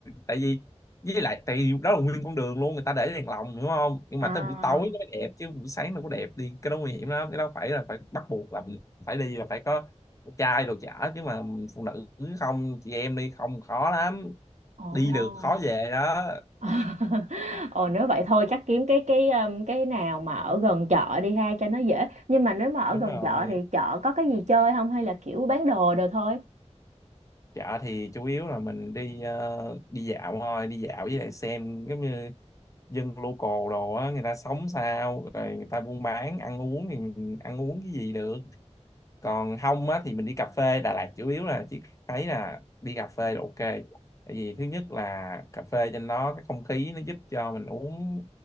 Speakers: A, on the left; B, on the right.
A: tại vì với lại tại vì đó là nguyên con đường luôn người ta để đèn lồng đúng không nhưng
B: à
A: mà tới buổi tối nó mới đẹp chứ buổi sáng nó có đẹp đi cái đó nguy hiểm lắm cái đó phải là phải bắt buộc là mình phải đi là phải có trai đồ chả chứ mà phụ nữ không chị em đi không khó lắm
B: ồ
A: đi được khó về đó
B: <laughs> Ồ nếu vậy thôi chắc kiếm cái cái um, cái nào mà ở gần chợ đi ha cho nó dễ. Nhưng mà nếu mà ở
A: đúng
B: gần
A: rồi
B: chợ thì chợ có cái gì chơi không hay là kiểu bán đồ đồ thôi?
A: chợ thì chủ yếu là mình đi ờ, đi dạo thôi đi dạo với lại xem giống như dân local đồ á người ta sống sao rồi người ta buôn bán ăn uống thì mình ăn uống cái gì được còn không á thì mình đi cà phê Đà Lạt chủ yếu là chỉ thấy là đi cà phê là ok tại vì thứ nhất là cà phê trên đó cái không khí nó giúp cho mình uống